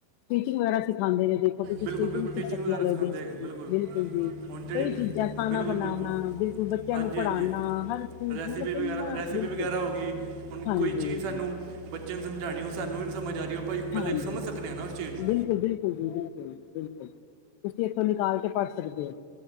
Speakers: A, on the left; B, on the right.
A: ਸਟਿਚਿੰਗ ਵਗੈਰਾ ਸ <unintelligible> ਖਾਂਦੇ ਨੇ ਦੇਖੋ ਤੁਸੀਂ
B: ਬਿਲਕੁਲ
A: ਸਿਖ
B: ਬਿਲਕੁਲ
A: ਨੀ
B: ਟੀਚਿੰਗ
A: ਸਕਦੀਆਂ
B: ਵਗੈਰਾ ਸਿਖਾਉਂਦੇ
A: ਲੇਡੀਜ਼
B: ਹੈਗੇ ਨੇ,
A: ਬਿਲਕੁਲ ਜੀ
B: ਹੁਣ ਜਿਹੜੀ
A: ਕਈ ਚੀਜ਼ਾਂ ਖਾਨਾ
B: ਬਿਲਕੁਲ
A: ਬਨਾਨਾ,
B: ਬਿਲਕੁਲ
A: ਬਿਲਕੁਲ ਬੱਚਿਆਂ
B: ਹਾਂਜੀ
A: ਨੂੰ ਪੜ੍ਹਾਣਾ,
B: ਹਾਂਜੀ
A: ਹਰ ਚੀਜ਼
B: ਰੈਸਿਪੀ
A: ਮਤਲਬ ਕਿੰਨਾ
B: ਵਗੈਰਾ ਰੈਸਿਪੀ
A: ਬਿਲਕੁਲ
B: ਵਗੈਰਾ ਹੋ ਗਈ ਹੁਣ
A: ਹਾਂਜੀ
B: ਕੋਈ ਚੀਜ਼ ਸਾਨੂੰ ਬੱਚਿਆਂ ਨੂੰ ਸਮਝਾਣੀ ਉਹ ਸਾਨੂੰ ਵੀ ਨਹੀਂ ਸਮਝ ਆ ਰਹੀ ਉਹ ਆਪਾਂ ਪਹਿਲੇ
A: ਹਾਂਜੀ,
B: ਸਮਝ ਸਕਨੇ ਆ ਨਾ ਉਸ ਚੀਜ਼ ਨੂੰ
A: ਬਿਲੁ ਬਿਲਕੁਲ ਜੀ ਬਿਲਕੁਲ, ਬਿਲਕੁਲ ਤੁਸੀਂ ਇੱਥੋਂ ਨਿਕਾਲ ਕੇ ਪੜ੍ਹ ਸਕਦੇ ਹੋ।